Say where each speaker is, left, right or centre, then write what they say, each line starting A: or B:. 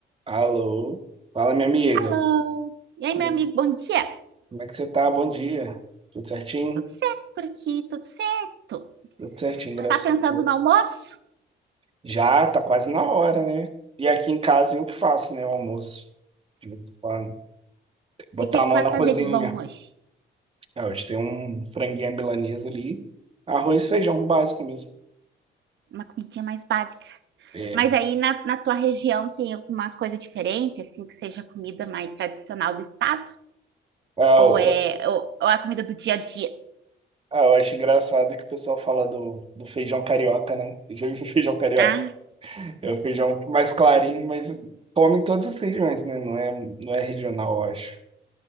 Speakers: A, on the right; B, on the right.
A: Alô, fala minha amiga.
B: Hello. E aí,
A: Como
B: meu
A: é
B: amigo, bom dia.
A: como é que você tá? Bom dia. Tudo certinho?
B: Tudo certo por aqui, tudo certo.
A: Tudo certinho, graças
B: Já tá pensando
A: a Deus.
B: no almoço?
A: Já tá quase na hora, né? E aqui em casa eu que faço, né? O almoço. De vez em quando. Botar
B: E o que é que
A: a mão
B: tu vai
A: na
B: fazer
A: cozinha.
B: de bom hoje?
A: É, hoje tem um franguinho à milanesa ali. Arroz e feijão básico mesmo.
B: Uma comidinha mais básica.
A: É.
B: Mas aí na, na tua região tem alguma coisa diferente, assim, que seja comida mais tradicional do estado?
A: Ah,
B: Ou
A: eu,
B: é, ou, ou é a comida do dia a dia?
A: ah, eu acho engraçado que o pessoal fala do, do feijão carioca, né? Eu já vi <laughs> feijão carioca.
B: Ah, sim.
A: É o feijão mais clarinho, mas come em todas as regiões, né? Não é, não é regional, eu acho.